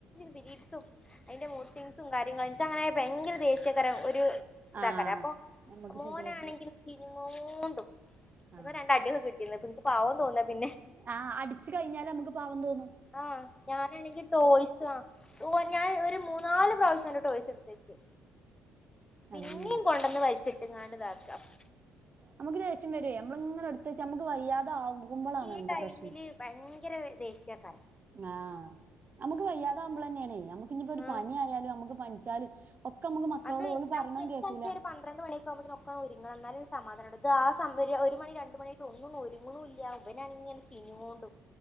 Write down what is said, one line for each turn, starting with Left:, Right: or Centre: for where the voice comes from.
Left: പിരീഡ്സും അതിന്റെ മൂഡ് സ്വിംങ്സും കാര്യങ്ങളും എനിക്ക് അങ്ങനെ ആയാ ഭയങ്കര ദേഷ് <unintelligible> ഒരു ഇതാക്കാര
Right: ആ
Left: അപ്പൊ
Right: നമുക്ക്
Left: മോനാണെങ്കിൽ
Right: ശരിയാക്കണം
Left: ചീഞ്ഞ്ങ്ങോണ്ടും
Right: ആ
Left: രണ്ട് അടിയൊക്കെ കിട്ടി ഇന്നട്ട് എനക്ക് പാവം തോന്നാ പിന്നെ
Right: ആഹ് അടിച്ചു കഴിഞ്ഞാല് നമ്മക്ക് പാവം തോനും
Left: ആഹ് ഞാനാണെങ്കി ടോയി ആഹ് ഓ ഞാൻ ഒരു മൂന്നാല് പ്രാവശ്യം ഓന്റെ ടോയ്സ് എടുത്തെച്ച് പിന്നെയും
Right: അതന്നെയാണ്
Left: കൊണ്ടന്ന് വലിച്ചിട്ട്ങ്ങാണ്ട്താക്കാ അപ്
Right: നമ്മക്ക് ദേഷ്യം വരുവേ നമ്മള് ഇങ്ങനെ എടുത്ത് വച്ച് നമ്മക്ക് വയ്യാതെ ആകുമ്പളാണ്
Left: ഈ
Right: നമ്മക്ക്
Left: ടൈമില്
Right: പ്രശ്നം
Left: ഭയങ്കര ദേഷ്യക്കാരം
Right: ആഹ് നമ്മക്ക് വയ്യാതെ ആവുമ്പളെന്നെയാണേ നമ്മക്ക് ഇനിയിപ്പോ ഒരു
Left: ആഹ്
Right: പനി ആയാലും നമ്മക്ക് പനിച്ചാൽ ഒക്കെ നമ്മക്ക് മക്കളോട്
Left: അത്
Right: ഓലു പറയണതും
Left: നമുക്ക് എനിക്കാണെങ്കി
Right: കേക്കൂലാ
Left: ഒരു പന്ത്രണ്ട് മണിയെക്കുമ്പോത്തിന് ഒക്കെ ഒരുങ്ങണം എന്നാലെ സമാധാനാ ഇത് ആ <unintelligible> ഒരു മണി രണ്ട് മണിയായിട്ട് ഒന്നും അങ്ങ് ഒരുങ്ങണു ഇല്ലാ ഇവനാണിങ്ങനെ ചിഞ്ഞ്ങ്ങോണ്ടും